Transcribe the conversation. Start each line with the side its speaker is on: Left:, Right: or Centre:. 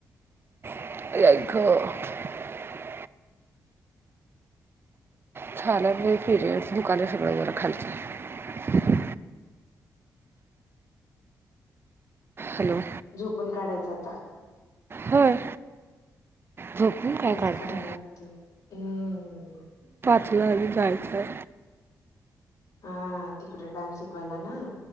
Right: <unintelligible> छाने पिरियंस दुकाने सगळं बरं खालचं हॅलो
Left: झोपून काढायचा आता.
Right: होय झोपून काय
Left: तेच
Right: काढतो
Left: करायला लागतेय. हम्म
Right: ला जायचंय
Left: हा तिकडे डान्स शिकवायला ना